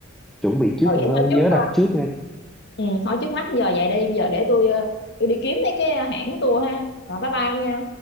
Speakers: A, in the centre; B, on the left.
A: chuẩn bị trước
B: rồi
A: còn
B: vậy
A: hơn
B: thôi trước
A: nhớ
B: ờ,
A: đặt trước nha
B: ừ, thôi trước mắt giờ vậy đi bây giờ để tôi ờ, tôi đi kiếm mấy cái ờ, hãng tour ha rồi bye bye ông nha